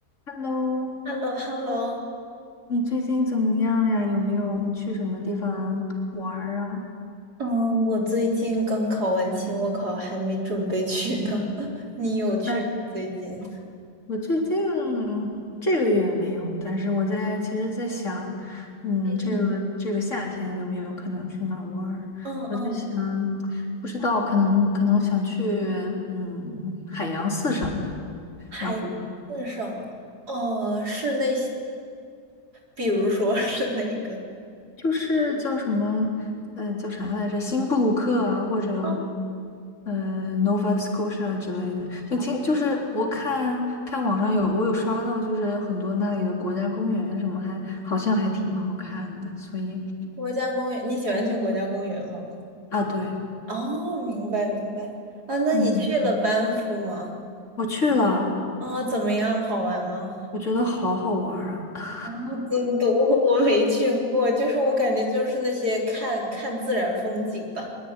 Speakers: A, on the left; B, on the right.
A: Hello，
B: h e l l o h e l l o
A: 你最近怎么样呀？有没有去什么地方玩儿啊？
B: 嗯，我最近刚考完期末考，还没准备去呢。<laughs> 你有去吗？
A: 哎，
B: 最近？
A: 我最近这个月没有，但是我在其实在想，嗯，这个这个夏天有没有可能去哪儿玩儿？
B: 嗯，嗯嗯，
A: 我在想，不知道，可能可能想去嗯海洋四省，
B: 海字上，
A: 然后
B: 哦，是那比如说 <laughs> 是哪个？
A: 就是叫什么，呃，叫啥来着？新布鲁克啊，或者，
B: 哦，
A: 呃，Nova Scotia 之类的，就听，就是我看看网上有，我有刷到，就是很多那里的国家公园什么还，好像还挺好看的，所以
B: 国家公园，你喜欢去国家公园吗？
A: 啊，对，
B: 哦，明白明白。啊，那你去了班夫吗？
A: 嗯，我去了，
B: 哦，怎么样？好玩吗？
A: 我觉得好好玩儿啊。
B: 哦，真的，<laughs> 我我没去过，就是我感觉就是那些看看自然风景的。